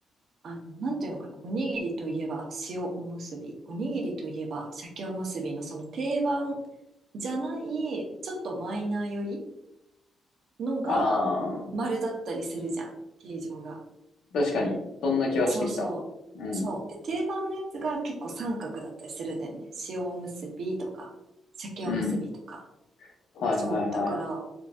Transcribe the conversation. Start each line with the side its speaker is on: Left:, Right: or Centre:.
Right: あの、なんていうのかな、おにぎりといえば塩おむすび、おにぎりといえば鮭おむすびのその定番じゃない、ちょっとマイナーよりのが丸だったりするじゃん、
Left: あ
Right: 形状が。
Left: 確かに。そんな気はしてきた。
Right: そうそう。
Left: うん。
Right: そう。で、定番のやつが結構三角だったりするんだよね。塩おむすびとか、鮭おむすびとか。
Left: うん。はいはいはい。
Right: そう。だから、